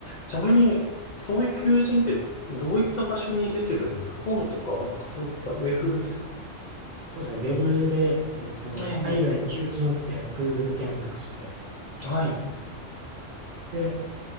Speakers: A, on the left; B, on the right.
A: ちなみに、そういう求人ってどういった場所に出てるんですか本とか、なんかそういったウェブですか
B: そうですね、ウェブで、えっと、
A: え
B: 海外求人って Google 検索して、
A: え、はい。
B: で、